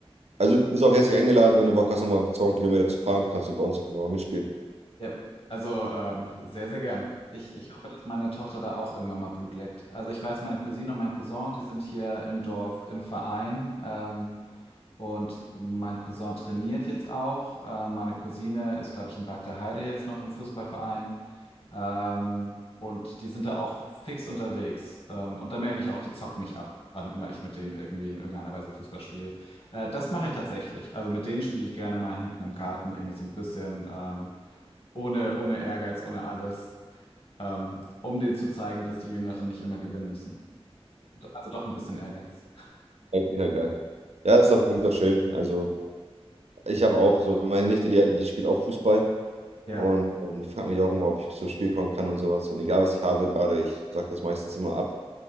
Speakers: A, on the right; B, on the left.
A: Also du bist auch herzlich eingeladen, wenn du Bock hast, nochmal 200 Kilometer zu fahren, kannst du bei uns auf jeden Fall mal mitspielen.
B: Ja, also ähm, sehr, sehr gern. Ich, ich hoffe, dass meine Tochter da auch irgendwann mal Blut leckt. Also ich weiß, meine Cousine und mein Cousin, die sind hier im Dorf im Verein. Ähm, und mein Cousin trainiert jetzt auch. Äh, meine Cousine ist, glaube ich, in Bargteheide jetzt noch im Fußballverein. Ähm, und die sind da auch fix unterwegs. Ähm, und da merke ich auch, die zocken mich ab, wann immer ich mit denen irgendwie in irgendeiner Weise Fußball spiele. Äh, das mache ich tatsächlich. Also mit denen spiele ich gerne mal hinten im Garten irgendwie so ein bisschen. Ähm, ohne, ohne Ehrgeiz, ohne alles, ähm, um denen zu zeigen, dass die Jüngeren nicht immer gewinnen müssen. Also doch ein bisschen Ehrgeiz.
A: Ja, ja, geil. Ja, ist doch, klingt doch schön. Also ich habe auch so, meine Nichte, die, die spielt auch Fußball.
B: Ja,
A: Und ähm, ich frage mich auch immer, ob ich zum Spiel kommen kann und sowas. Und egal, was ich habe gerade, ich sage das meistens immer ab